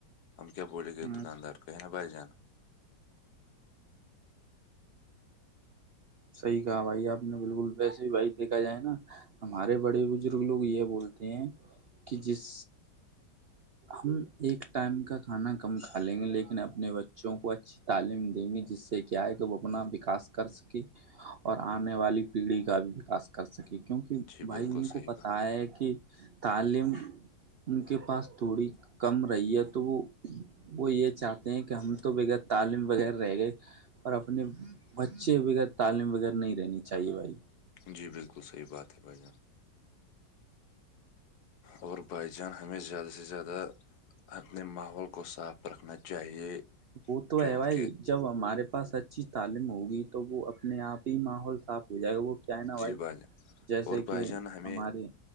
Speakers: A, on the left; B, on the right.
A: ہم کیا بولے گے
B: ہ
A: دکاندار کو ہے نا بھائی جان
B: صحیح کہا بھائی آپ نے بالکل ویسے بھی بھائی دیکھا جائے نا ہمارے بڑے بزرگ لوگ یہ بولتے ہیں کہ جس ہم ایک ٹائم کا کھانا کم کھا لیں گے لیکن اپنے بچوں کو اچھی اچھی تعلیم دیں گے جس سے کیا ہے کہ وہ اپنا وکاس کر سکے اور آنے والی پیڑھی کا بھی وکاس کر سکے کیونکہ
A: جی
B: بھائی
A: بالکل
B: ان
A: صحیح
B: کو پتا
A: بات
B: ہے کہ تعلیم ان کے پاس تھوڑی کم رہی ہے تو وہ وہ یہ چاہتے ہیں کہ ہم تو بغیر تعلیم بغیر رہ گئے پر اپنے بچے بغیر تعلیم بغیر نہیں رہنی چاہیے بھائی
A: جی بالکل صحیح بات ہے بھائی جان اور بائی جان ہمیں زیادہ سے زیادہ اپنے ماحول کو صاف رکھنا چاہیے
B: وہ تو
A: کیونکہ
B: ہے بھائی جب ہمارے پاس اچھی تعلیم ہوگی تو وہ اپنے آپ ہی ماحول صاف ہو جائے گا وہ کیا ہے نا
A: جی بھائی جان
B: جیسے
A: اور
B: کہ
A: بھائی جان ہمیں
B: ہمارے